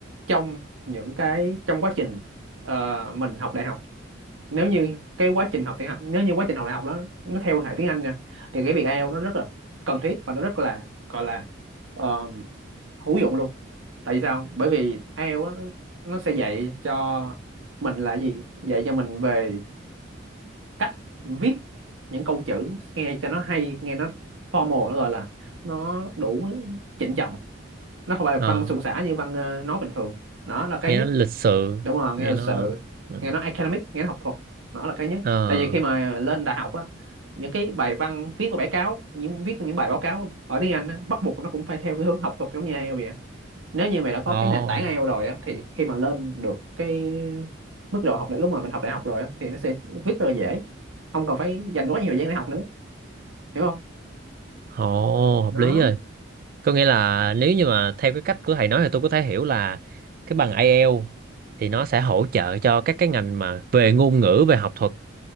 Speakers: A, on the right (about 90°); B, on the right (about 45°).
A: trong những cái trong quá trình ờ, mình học đại học nếu như cái quá trình học tiếng học nếu như quá trình học đại học đó nó theo hệ tiếng Anh nha thì cái việc ai Eo nó rất là cần thiết và nó rất là gọi là ờ, hữu dụng luôn tại vì sao bởi vì ai Eo á, nó nó sẽ dạy cho mình là gì dạy cho mình về cách viết những câu chữ nghe cho nó hay nghe nó formal nó gọi là nó đủ chỉnh trọng nó không phải là
B: ờ
A: văn suôn sả như văn ờ, nói bình thường đó là cái
B: nghe
A: nhất
B: nó lịch sự
A: đúng rồi nghe
B: nghe
A: là
B: nó
A: sự
B: ừ.
A: nghe nó academic nghe nó học thuật nó là cái nhất
B: ờ
A: tại vì khi mà lên đại học á những cái bài văn viết và bài cáo những viết những bài báo cáo ở tiếng Anh á bắt buộc nó cũng phải theo cái hướng học thuật giống như IELTS vậy á. nếu như mày đã có
B: ờ ồ
A: cái nền tảng ai eo rồi á thì khi mà lên được cái mức độ học lúc mà mình học đại học rồi á thì nó sẽ viết rất là dễ không cần phải dành quá nhiều thời gian để học nữa hiểu không
B: ồ hợp
A: nó
B: lý rồi Có nghĩa là nếu như mà theo cái cách của thầy nói thì tôi có thể hiểu là cái bằng IELTS thì nó sẽ hỗ trợ cho các cái ngành mà về ngôn ngữ, về học thuật